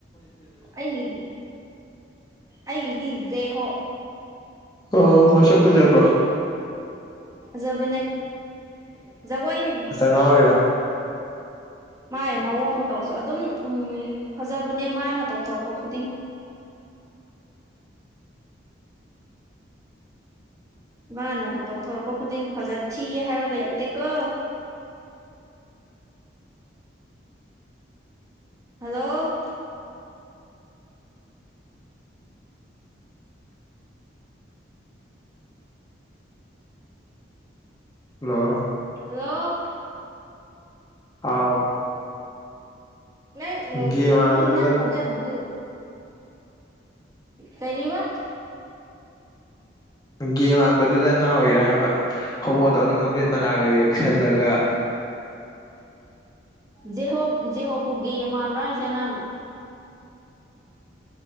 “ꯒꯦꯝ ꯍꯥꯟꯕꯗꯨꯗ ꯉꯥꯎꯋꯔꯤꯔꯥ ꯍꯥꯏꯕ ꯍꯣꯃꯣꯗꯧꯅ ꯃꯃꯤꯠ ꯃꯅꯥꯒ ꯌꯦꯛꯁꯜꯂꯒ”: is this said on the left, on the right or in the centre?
Left